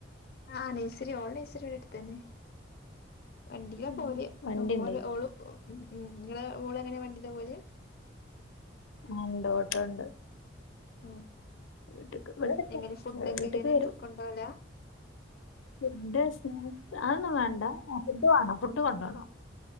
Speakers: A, on the left; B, on the left.
A: ആഹ നെയ്സറി ഓള നെയ്സറി ഇബടെ അടുത്തന്നെ വണ്ടിയില
B: ഉം.
A: പോരഓര്
B: വണ്ടി ഉണ്ട്
A: ഓള ഉം ഉം നിങ്ങള മോള എങ്ങനെ വണ്ടിയില പോവൽ
B: ആഹ് ഉണ്ട് ഓട്ടോ ഉണ്ട്
A: ഉം
B: വീട്ടിക്ക് ഇവിടെ അടുത്താ.
A: എങ്ങനെ ഫുഡക്കെ
B: വീട്ടിക്ക്
A: എങ്ങനെ
B: വരും
A: കൊണ്ടവല
B: ഫുഡ് സ്നാക്സ് അതൊന്നും വേണ്ട ഫുഡ് വാണം ഫുഡ് കൊണ്ടണം